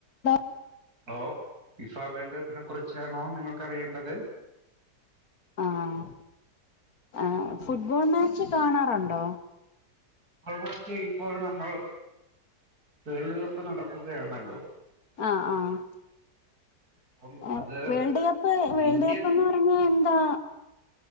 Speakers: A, on the left (about 55°); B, on the right (about 60°).
A: ഹലോ
B: ഹലോ ഫിഫ വേൾഡ് കപ്പിനെ കുറിച്ചാണോ നിങ്ങക്കറിയേണ്ടത്
A: ആഹ് ആഹ് ഫുട്ബോൾ മാച്ച് കാണാറുണ്ടോ
B: <unintelligible> ഇപ്പോൾ നമ്മൾ വേൾഡ് കപ്പ് നടക്കുകയാണല്ലോ
A: ആഹ് ആഹ്
B: അപ്പം
A: എ
B: അത്
A: വേൾഡ് കപ്പ് വേൾഡ്
B: ഇന്ത്യൻ
A: കപ്പെന്ന് പറഞ്ഞാ എന്താ